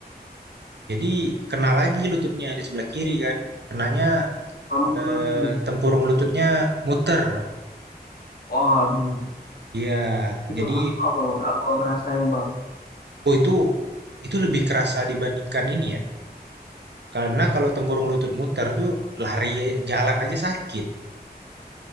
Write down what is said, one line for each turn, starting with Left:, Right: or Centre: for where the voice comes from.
Right: jadi kena lagi lututnya di sebelah kiri kan. Kenanya,
Left: Ambil
Right: eee,
Left: lagi.
Right: tempurung lututnya muter.
Left: Waduh,
Right: Iya,
Left: itu
Right: jadi
Left: apa bang? apa ngerasain bang?
Right: Oh itu itu lebih kerasa dibandingkan ini ya. Karena kalau tempurung lutut muter tuh lari jalan aja sakit.